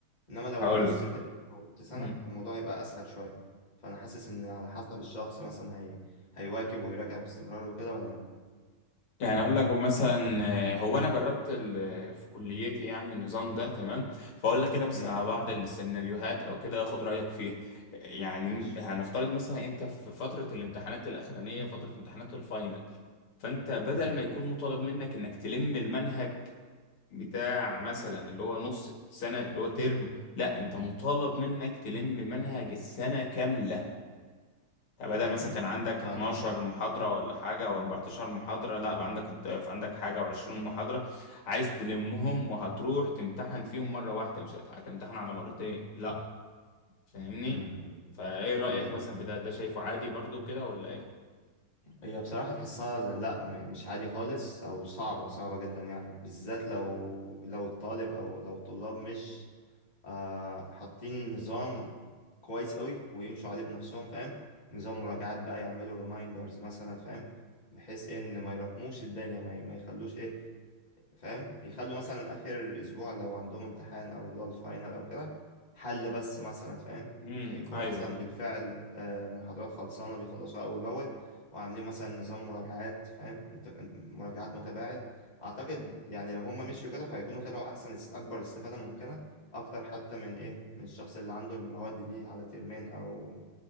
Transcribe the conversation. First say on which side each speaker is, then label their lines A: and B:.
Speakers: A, on the left; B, on the left.
A: انما لو
B: هقول
A: نص
B: لك.
A: ترم او نص سنه
B: مم.
A: الموضوع هيبقى اسهل شويه فانا حاسس ان على حسب الشخص مثلا هي هيواكب ويراجع باستمرار وكده ولا لا
B: يعني اقول لك مثلا آه، هو انا جربت ال- في كليتي يعني النظام ده تمام فاقول لك كده مثلا
A: امم
B: على بعض السيناريوهات او كده اخد رايك فيها يعني
A: ماشي
B: م- هنفترض مثلا انت في فتره الامتحانات الاخرانيه فتره امتحانات الفاينل فانت بدل
A: امم
B: ما يكون مطالب منك انك تلم المنهج بتاع مثلا اللي هو نص السنه اللي هو ترم لا انت مطالب منك تلم منهج السنه كامله يعني بدل
A: امم
B: مثلا
A: امم.
B: كان عندك
A: فاهمك
B: 12
A: اه.
B: محاضرة ولا حاجة او 14 محاضرة لا بقى عندك الضعف عندك حاجة و20 محاضرة عايز تلمهم وهتروح تمتحن فيهم مرة واحدة مش هت- هتمتحن على مرتين لا فاهمني
A: امم امم.
B: فايه رأيك
A: هي
B: مثلا في ده ده شايفه عادي برضو كده ولا ايه
A: هي بصراحه تحسها زي- لا م- مش عادي خالص او صعبه صعبه جدا يعني بالذات لو لو الطالب او لو الطلاب مش آه حاطين نظام كويس قوي ويمشوا عليه بنفسهم فاهم نظام مراجعات بقى يعملوا ريمايندرز مثلا فاهم بحيث ان ما يراكموش الدنيا ما, ي- ما يخلوش ايه فاهم يخلوا مثلا اخر اسبوع لو عندهم امتحان او اللي هو الفاينل او كده حل بس مثلا فاهم
B: امم
A: يكونوا
B: ايوه
A: مثلا بالفعل آه، محاضرات خلصانه بيخلصوها اول باول وعاملين مثلا نظام مراجعات فاهم انت مراجعات متباعد اعتقد يعني لو هم مشيوا كده فهيكونوا طلعوا احسن است- اكبر استفاده ممكنه اكتر حتى من ايه من الشخص اللي عنده المواد دي على ترمين او